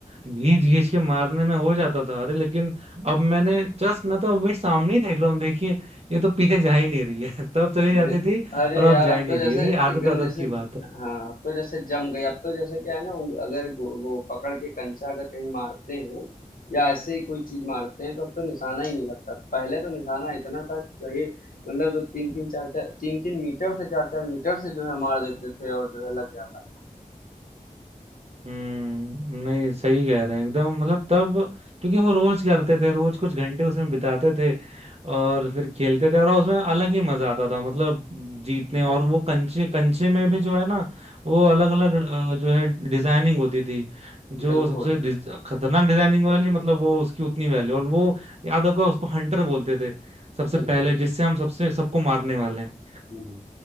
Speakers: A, on the right; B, on the left.
A: घींच घींच के मारने में हो जाता था अरे लेकिन अब मैंने जस्ट मैं तो अभी सामने ही देख रहा हूँ देखिए ये तो पीछे जा ही नहीं रही है <laughs> तब चली जाती
B: बिल
A: थी
B: अरे
A: और अब
B: यार
A: जा
B: अब
A: ही नहीं
B: तो जैसे
A: रही है ये
B: एकदम
A: आदत आदत
B: जैसे
A: की बात है
B: हाँ अब तो जैसे जम गई अब तो जैसे क्या है ना उंग- अगर गो- वो पकड़ के कंचा अगर कहीं मारते हैं या ऐसे ही कोई चीज मारते हैं तो अब तो निशाना ही नहीं लगता पहले तो निशाना इतना था कि भाई मतलब तीन तीन चार चार तीन तीन मीटर से चार चार मीटर से जो है मार देते थे और जो है लग जाता
A: हम्म नहीं सही कह रहे हैं एकदम मतलब तब क्योंकि वो रोज करते थे रोज कुछ घंटे उसमें बिताते थे और फिर खेलते थे और उसमें अलग ही मजा आता था मतलब जीतने और वो कंचे कंचे में भी जो है ना वो अलग अलग जो है डिजाइनिंग होती थी जो
B: बिल्कुल
A: सबसे डिज- खतरनाक डिजाइनिंग वाली मतलब वो उसकी उतनी वैल्यू और वो याद होगा उसको हंटर बोलते थे सबसे
B: बिल्कुल
A: पहले जिससे हम सबसे सबको मारने वाले हैं
B: हुँ,